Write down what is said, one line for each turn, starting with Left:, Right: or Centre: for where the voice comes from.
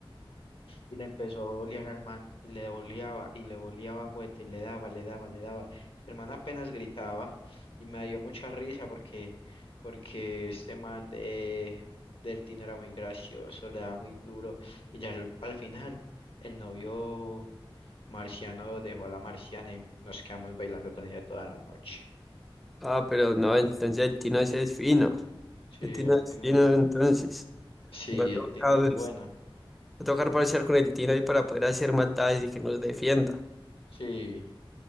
Left: Y le empezó a bolear al man, y le boleaba, y le boleaba juguete, y le daba, le daba, le daba. el man apenas gritaba, y me dio mucha risa porque, porque este man de, del Tino era muy gracioso, le daba muy duro, y ya al, al final, el novio marciano dejó a la marciana y nos quedamos bailando con ella toda la noche.
Centre: Ah, pero no, entonces el Tino ese es fino,
Left: Sí,
Centre: el
Left: el
Centre: Tino
Left: Tino
Centre: es fino,
Left: es,
Centre: entonces
Left: sí,
Centre: va a tocar,
Left: el Tino es
Centre: va
Left: bueno,
Centre: a tocar parciar con el Tino ahí para poder hacer maldades y que nos defienda.
Left: sí,